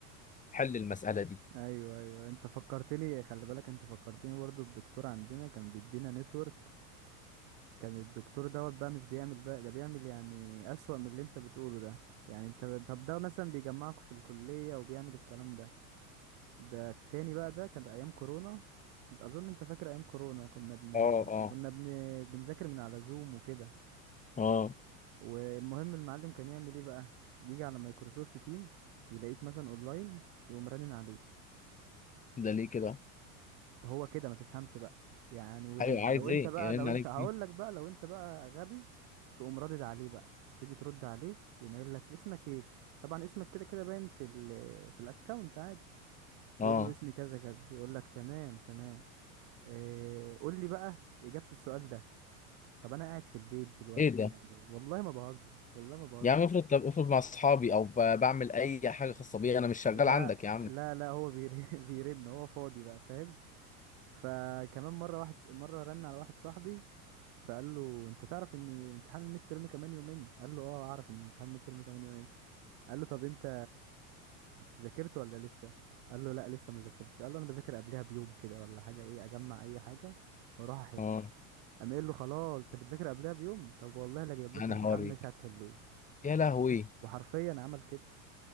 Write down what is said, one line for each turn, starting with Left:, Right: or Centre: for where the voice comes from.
Left: حل المساله دي
Right: ايوه ايوه انت فكرتني خلي بالك انت فكرتني برضو الدكتور عندنا كان بيدينا نتورك كان الدكتور دوت بقى مش بيعمل بقى ده بيعمل يعني أسوأ من اللي انت بتقوله ده يعني انت طب ده مثلا بيجمعكوا في الكلية وبيعمل الكلام ده ده التاني بقى ده كان أيام كورونا انت أظن انت فاكر أيام كورونا كنا بن...
Left: اه اه
Right: كنا بن... بنذاكر من على زوم وكده
Left: اه
Right: والمهم المعلم كان يعمل ايه بقى يجي على مايكروسوفت تيمز يلاقيك مثلا اونلاين يقوم رنن عليك
Left: ده ليه كده
Right: هو كده ما تفهمش بقى يعني وال...
Left: ايوه عايز
Right: لو انت
Left: ايه
Right: بقى
Left: يرن
Right: لو
Left: عليك
Right: انت هقول
Left: فيه
Right: لك بقى لو انت بقى غبي تقوم رادد عليه بقى تيجي ترد عليه يقوم قايل لك اسمك ايه طبعا اسمك كده كده باين في ال... في الاكونت عادي تقول
Left: اه
Right: له اسمي كذا كذا يقول لك تمام تمام اه... قول لي بقى اجابة السؤال ده طب انا قاعد في البيت دلوقتي
Left: ايه ده
Right: يعني والله ما بهزر والله ما بهزر
Left: يا عم افرض طب افرض مع اصحابي او ب- بعمل اي حاجه خاصه بيا انا مش شغال
Right: لا
Left: عندك يا عم
Right: لا لا هو بيرن <laughs> بيرن هو فاضي بقى فاهم فكمان مره واحد مره رن على واحد صاحبي فقال له انت تعرف ان امتحان الميد ترم كمان يومين قال له اه اعرف ان امتحان الميد ترم كمان يومين قال له طب انت ذاكرت ولا لسه قال له لا لسه ما ذاكرتش قال له انا بذاكر قبلها بيوم كده ولا حاجه ايه اجمع اي حاجه واروح احل
Left: اه
Right: قام قايل له خلاص انت بتذاكر قبلها بيوم طب والله لا جايب
Left: انا
Right: لكم امتحان
Left: هوريك
Right: مش هتحلوه
Left: يا لهوي
Right: وحرفيا عمل كده